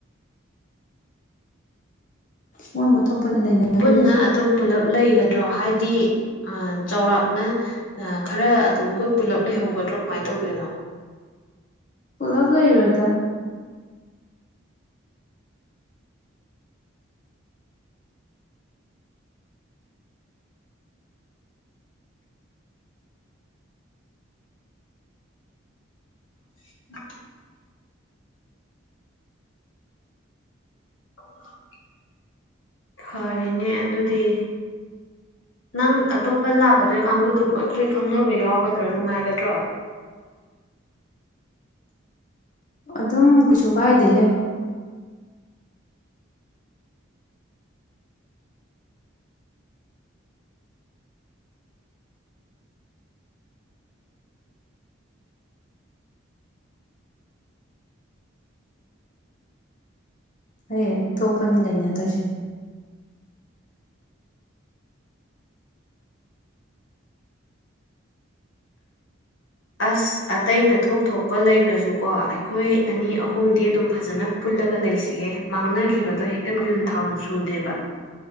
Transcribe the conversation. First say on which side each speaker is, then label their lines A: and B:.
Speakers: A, on the left; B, on the left.
A: ꯃꯣꯏ ꯃꯣꯏ ꯊꯣꯛꯄꯅꯦ ꯂꯩꯅꯈꯤꯗꯣꯏꯁꯦ
B: ꯄꯨꯟꯅ ꯑꯗꯨꯝ ꯄꯨꯜꯂꯞ ꯂꯩꯒꯗ꯭ꯔꯣ ꯍꯥꯏꯗꯤ ꯆꯥꯎꯔꯥꯛꯅ ꯑꯥ ꯈꯔ ꯑꯗꯨꯝ ꯒꯔꯨꯞ ꯄꯨꯜꯂꯞ ꯂꯩꯍꯧꯒꯗ꯭ꯔꯣ ꯀꯃꯥꯏꯅ ꯇꯧꯗꯣꯏꯅꯣ
A: ꯄꯨꯂꯞ ꯂꯣꯏꯔꯣꯏꯗ
B: <unintelligible> <unintelligible> ꯐꯔꯦꯅꯦ ꯑꯗꯨꯗꯤ ꯅꯪ ꯑꯇꯣꯞꯄ ꯂꯥꯛꯀꯗꯣꯏ ꯀꯥꯡꯕꯨꯗꯨꯕꯨ ꯑꯩꯈꯣꯏ ꯈꯪꯅꯕ ꯌꯥꯎꯒꯗ꯭ꯔꯣ ꯅꯨꯡꯉꯥꯏꯒꯗ꯭ꯔꯣ
A: ꯑꯗꯨꯝ ꯀꯩꯁꯨ ꯀꯥꯏꯗꯦꯍꯦ ꯑꯩ ꯑꯩ ꯊꯣꯛꯄꯅꯦ ꯂꯩꯅꯗꯣꯏꯁꯦ
B: ꯑꯁ ꯑꯇꯩꯅ ꯊꯣꯛ ꯊꯣꯛꯄ ꯂꯩꯈ꯭ꯔꯖꯨꯀꯣ ꯑꯩꯈꯣꯏ ꯑꯅꯤ ꯑꯍꯨꯝꯗꯤ ꯑꯗꯨꯝ ꯐꯖꯅ ꯄꯨꯜꯂꯒ ꯂꯩꯁꯤꯍꯦ ꯃꯥꯡꯅꯈꯤꯕꯗꯣ ꯍꯦꯛꯇ ꯃꯤꯍꯨꯟ ꯊꯥꯎꯟ ꯁꯨꯗꯦꯕ